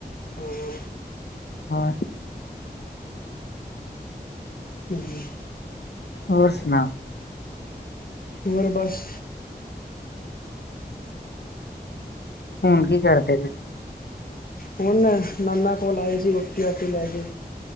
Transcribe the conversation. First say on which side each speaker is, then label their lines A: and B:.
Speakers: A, on the left; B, on the left.
A: ਹਾਂ, ਹਾਂ।
B: ਹਾਂ।
A: ਹਾਂਜੀ।
B: ਹੋਰ ਸੁਣਾਓ?
A: ਹੋਰ ਬਸ।
B: ਹੁਣ ਕੀ ਕਰਦੇ ਬੇ ਸੀ
A: ਹੁਣ ਨਾਨਾ ਕੋਲ ਆਏ ਸੀ ਰੋਟੀ ਰਾਟੀ ਲੈ ਕੇ।